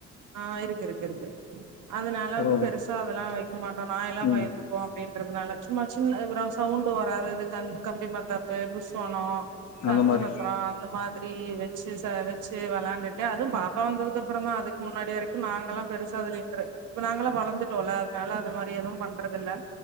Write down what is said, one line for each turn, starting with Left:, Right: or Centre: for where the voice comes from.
Right: ஆ இருக்கு இருக்கு இருக்கு அதனால
Left: பரவால்ல
Right: வந்து பெருசா அதெல்லா வக்க மாட்டோ நாய் எல்லா
Left: ம்
Right: பயந்துக் கு அப்டின்றதுனால சும்மா சின்ன அதே பிரா சவுண்டு வராதது கம் கம்பி மாத்தாப்பு புஸ்வானோ சங்கு
Left: அந்த மாரி
Right: சக்கரோ அந்த மாதிரி வச் சீச வச்சு வெளாண்டுட்டு அதுவு பாப்பா வந்ததுக்கு அப்பற தா அதுக் கு முன்னாடி வரைக்கு நாங்களா பெருசா வெலின்ற இப்ப நாங்க எல்லா வளந்துட்டோல அதனால அது மாறி எதுவு பண்றது இல்ல